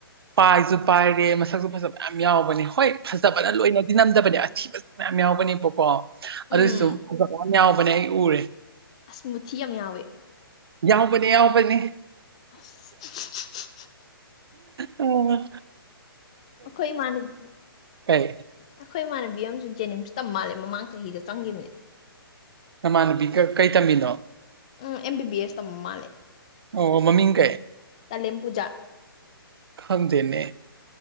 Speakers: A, on the right; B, on the left.
A: ꯄꯥꯏꯁꯨ ꯄꯥꯏꯔꯦ ꯃꯁꯛꯁꯨ ꯐꯖꯕ ꯌꯥꯝ ꯌꯥꯎꯕꯅꯦ ꯍꯣꯏ ꯐꯖꯕꯅ ꯂꯣꯏꯅꯗꯤ ꯅꯝꯗꯕꯅꯦ ꯑꯊꯤꯕꯗ ꯃꯌꯥꯝ ꯌꯥꯎꯕꯅꯦꯕꯀꯣ
B: ꯎꯝ
A: ꯑꯗꯨꯏꯁꯨ ꯑ ꯌꯥꯝ ꯌꯥꯎꯕꯅꯦ ꯑꯩ ꯎꯔꯦ
B: ꯑꯁꯃꯨꯊꯤ ꯌꯥꯝ ꯌꯥꯎꯋꯦ
A: ꯌꯥꯎꯕꯅꯦ ꯌꯥꯎꯕꯅꯤ
B: <unintelligible>
A: ꯑꯣ
B: ꯑꯈꯣꯏ ꯏꯃꯥꯅꯕꯤ
A: ꯀꯩ
B: ꯑꯩꯈꯣꯏ ꯏꯃꯥꯟꯅꯕꯤ ꯑꯃꯁꯨ ꯖꯦꯅꯤꯝꯁ ꯇꯝ ꯃꯥꯜꯂꯦ ꯃꯃꯥꯡ ꯆꯍꯤꯗ ꯆꯪꯈꯤꯕꯅꯦ
A: ꯅꯃꯥꯟꯅꯨꯄꯤꯒ ꯀꯩ ꯇꯝꯃꯤꯅꯣ
B: ꯎꯝ ꯑꯦꯝ ꯕꯤ ꯕꯤ ꯑꯦꯁ ꯇꯝꯕ ꯃꯥꯜꯂꯦ
A: ꯑꯣ ꯃꯃꯤꯡ ꯀꯩ
B: ꯇꯥꯂꯦꯝ ꯄꯨꯖꯥ
A: ꯈꯥꯟꯗꯦꯅꯦ